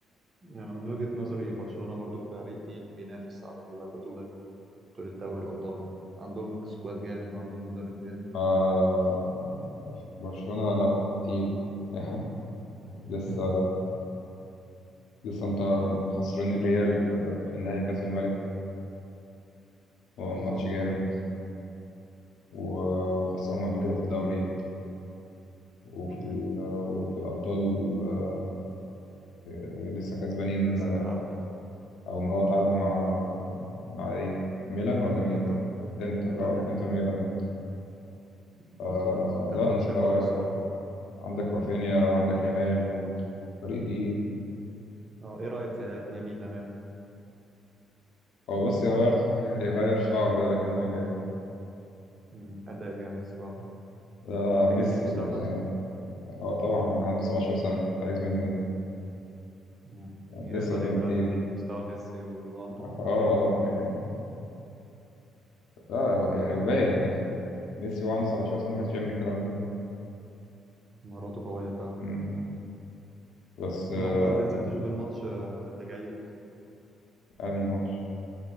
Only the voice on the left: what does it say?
آه... برشلونة لا كتير <laughs> لسه
لسه انت مخسرين الريال في, في نهائي كاس الملك هو
ماتش جامد و... وخسرهم قبل كده في الدوري وفي
ال... وفي الابطال آه، لسه كسبانين
او اه تعادلوا مع مع ايه ميلان ولا مين
انتر
اه
انتر ميلان آه
لا
مستوى
عندك رافينيا عندك يامال و... فريق تقيل
هو بس يغير <laughs> يغير شعره ده لكن هو جامد
ده
ميسي
يعني اه طبعا يعني عنده 17 سنة عايز منه ايه
يعني
لسه قدامه
كتير
اه اه آه، يعني اه هو- يعني وباين إيه. ميسي وهو عنده 17
سنة ما كانش بيعمل الكلام ده
مم. بس آه
انهي ماتش